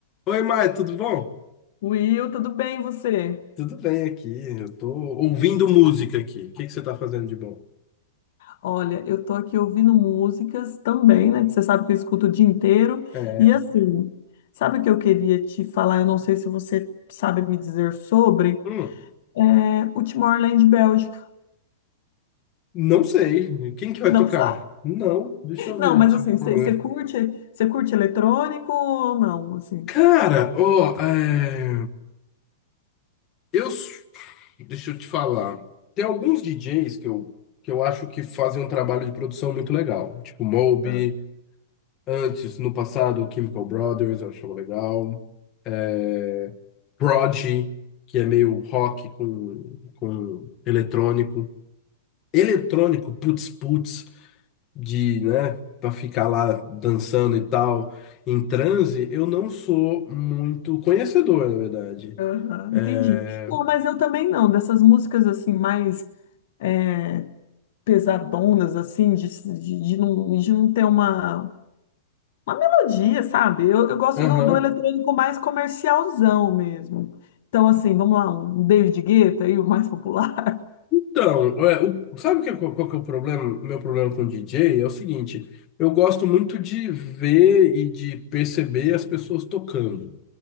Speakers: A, on the left; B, on the left.
A: Oi, Mai, tudo bom?
B: Will, tudo bem e você?
A: Tudo bem aqui. Eu tô ouvindo música aqui. O que que você tá fazendo de bom?
B: Olha, eu tô aqui ouvindo músicas também, né? que Você sabe que eu escuto o dia inteiro.
A: É,
B: E assim, sabe o que eu queria te falar? Eu não sei se você sabe me dizer sobre
A: hum,
B: é, o Timor-Leste Bélgica.
A: não sei. Quem que vai
B: Não
A: tocar?
B: sabe?
A: Não, deixa eu
B: Não,
A: ver.
B: mas
A: Tipo,
B: assim, você
A: né?
B: você curte, você curte eletrônico ou não, assim?
A: Cara, ó, é, eu, s- deixa eu te falar. Tem alguns DJs que eu, que eu acho que fazem um trabalho de produção muito legal, tipo Moby.
B: Ah,
A: Antes, no passado, Chemical Brothers, eu achava legal. É, Prodigy, que é meio rock com, com eletrônico. Eletrônico, putz, putz, de, né, pra ficar lá dançando e tal, em transe, eu não sou muito conhecedor, na verdade.
B: Aham,
A: É,
B: entendi. Não, mas eu também não, dessas músicas assim, mais é, pesadonas, assim, de, de, de não, de não ter uma. Uma melodia, sabe? Eu, eu gosto
A: Aham.
B: do, do eletrônico mais comercialzão mesmo. Então, assim, vamos lá, um David Guetta aí, o mais popular. <laughs>
A: Então, é, o- sabe que, qual, qual que é o problema, meu problema com DJ? É o seguinte, eu gosto muito de ver e de perceber as pessoas tocando.